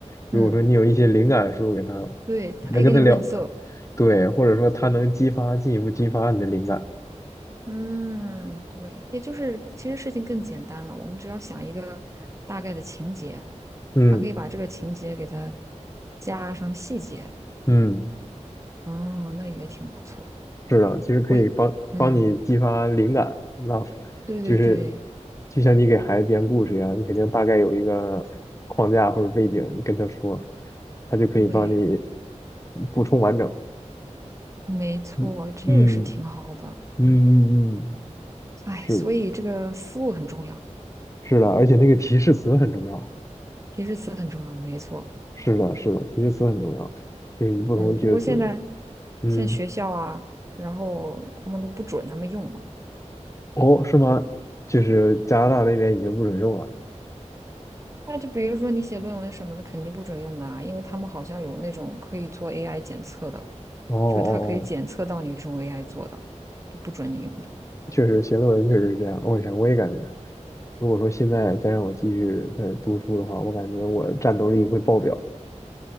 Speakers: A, on the left; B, on the right.
A: 如果说你有一些灵感输入给他，
B: 嗯，对，
A: 能跟他聊，
B: 他可以给你润色。
A: 对，或者说他能激发，进一步激发你的灵感，
B: 嗯，对，也就是其实事情更简单了，我们只要想一个大概的情节，
A: 嗯
B: 还可以把这个情节给它加上细节，
A: 嗯。
B: 哦，那也挺不错。
A: 是的，其实可以帮帮你激发灵感。
B: 我，嗯，
A: 让
B: 对对对
A: 就是就像你给孩子编故事一样，你肯定大概有一个框架或者背景，你跟他说，他就可以帮你
B: 对，
A: 补充完整。
B: 没错，
A: 嗯嗯
B: 这个是挺好的。
A: 嗯嗯嗯，
B: 哎，
A: 是的，
B: 所以这个思路很重要，
A: 是的，而且那个提示词很重要。
B: 提示词很重要，没错。
A: 是的，是的，提示词很重要，就是你不同的提示词。
B: 嗯，不过现在
A: 嗯，
B: 现在学校啊，然后他们都不准他们用嘛。
A: 哦，是吗？就是加拿大那边已经不准用了。
B: 那就比如说你写论文什么的，肯定不准用的啊，因为他们好像有那种可以做 AI 检测的，
A: 哦哦哦
B: 就是它可以检测到你是用 AI 做的，就不准你用的，
A: 确实写论文确实是这样，我想我也感觉，如果说现在再让我继续再读书的话，我感觉我战斗力会爆表。